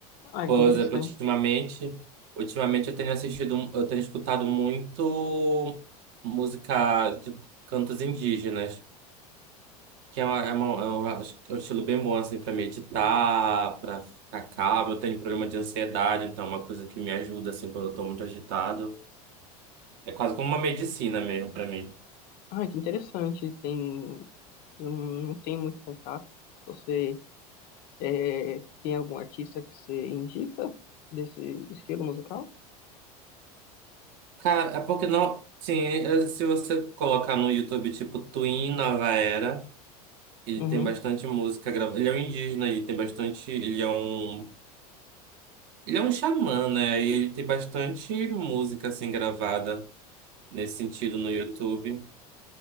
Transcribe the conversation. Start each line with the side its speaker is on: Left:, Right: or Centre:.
Left: Ah,
Right: Por
Left: que interessante.
Right: exemplo, ultimamente, ultimamente eu tenho assistido, eu tenho escutado muito música, tipo, cantos indígenas. Que é, uma, é, uma- é um é um estilo bem bom, assim, pra meditar, pra ficar calmo. Eu tenho problema de ansiedade, então é uma coisa que me ajuda, assim, quando eu tô muito agitado. É quase como uma medicina mesmo pra mim.
Left: Ah, que interessante. Tem, eu não tenho muito contato. Você é, tem algum artista que você indica desse estilo musical?
Right: Cara, é porque não. Sim, é- se você colocar no YouTube, tipo, Twin Nova Era, ele
Left: Uhum.
Right: tem bastante música gravada. Ele é um indígena e tem bastante. Ele é um. Ele é um xamã, né? E ele tem bastante música, assim, gravada nesse sentido no YouTube.